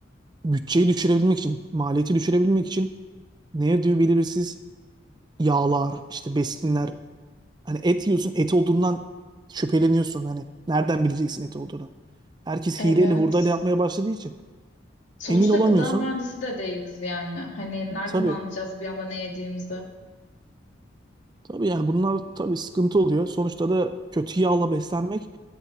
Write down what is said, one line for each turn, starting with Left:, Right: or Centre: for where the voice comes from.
Right: bütçeyi düşürebilmek için maliyeti düşürebilmek için ne yediği belirsiz yağlar işte besinler hani et yiyorsun et olduğundan şüpheleniyorsun hani nereden bileceksin et olduğunu. Herkes
Left: Evet.
Right: hileyle hurdayla yapmaya başladığı için
Left: Sonuçta
Right: emin olamıyorsun.
Left: gıda mühendisi de değiliz yani. Hani nereden
Right: Tabii
Left: anlayacağız bir anda ne yediğimizi?
Right: tabii yani bunlar tabii sıkıntı oluyor sonuçta da kötü yağla beslenmek